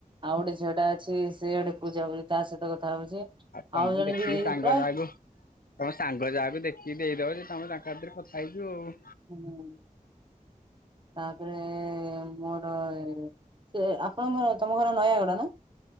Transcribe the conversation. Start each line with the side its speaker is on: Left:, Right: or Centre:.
Right: ଆଉ ଗୋଟେ ଝିଅ ଟା ଅଛି ସିଏ ଗୋଟେ ପୂଜା ବୋଲି ତା ସହିତ କଥା ହଉଛି
Left: ତମ
Right: ଆଉ ଜଣେ
Left: ଦେଖିକି
Right: ବିଇ
Left: ସାଙ୍ଗ
Right: ପ୍ରାୟ
Left: ଯାହାକୁ ତମ ସାଙ୍ଗ ଯାହାକୁ ଦେଖିକି ଦେଇଦବ ଯେ ତମ ତାଙ୍କ ଭିତରେ ରେ କଥା ହେଇଯ ଆଉ
Right: ହୁଁ ହୁଁ ତାପରେ ମୋର ସେ ଆପଣଙ୍କର ତମ ଘର ନୟାଗଡା ନା